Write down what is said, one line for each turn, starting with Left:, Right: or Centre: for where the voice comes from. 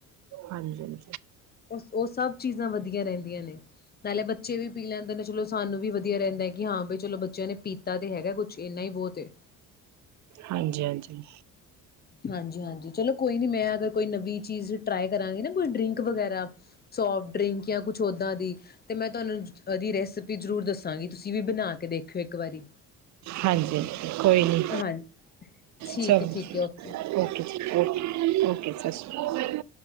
Right: ਹਾਂਜੀ,
Left: ਉਹ ਸਭ ਚੀਜ਼ਾਂ ਵਧੀਆ ਰਹਿੰਦੀਆਂ ਨੇ ਨਾਲੇ ਬੱਚੇ ਵੀ ਪੀ ਲੈਂਦੇ ਨੇ ਚਲੋ ਸਾਨੂੰ ਵੀ ਵਧੀਆ ਰਹਿੰਦਾ ਹੈ ਕਿ ਹਾਂ ਬਈ ਚਲੋ ਬੱਚਿਆਂ ਨੇ ਪੀਤਾ ਤੇ ਹੈਗਾ ਕੁਛ ਇੰਨਾ ਹੀ ਬਹੁਤ ਏ।
Right: ਹਾਂਜੀ ਹਾਂਜੀ।
Left: ਹਾਂਜੀ ਹਾਂਜੀ ਚਲੋ ਕੋਈ ਨੀ ਮੈਂ ਅਗਰ ਕੋਈ ਨਵੀਂ ਚੀਜ਼ ਟਰਾਈ ਕਰਾਂਗੀ ਨਾ ਕੋਈ ਡਰਿੰਕ ਵਗੈਰਾ ਸੋਫਟ ਡਰਿੰਕ ਜਾਂ ਕੁਛ ਓਦਾਂ ਦੀ। ਤੇ ਮੈਂ ਤੁਹਾਨੂੰ ਔਦੀ ਰੈਸਪੀ ਜ਼ਰੂਰ ਦੱਸਾਂਗੀ ਤੁਸੀਂ ਵੀ ਬਣਾ ਕੇ ਦੇਖਿਓ ਇੱਕ ਵਾਰੀ।
Right: ਹਾਂਜੀ ਕੋਈ ਨੀ
Left: ਹਾਂਜੀ, ਠੀਕ
Right: ਚਲੋ
Left: ਹੈ ਠੀਕ ਹੈ ਓਕ
Right: ਓਕੇ ਜੀ ਓਕੇ ਓਕੇ ਸਤ ਸ਼੍ਰੀ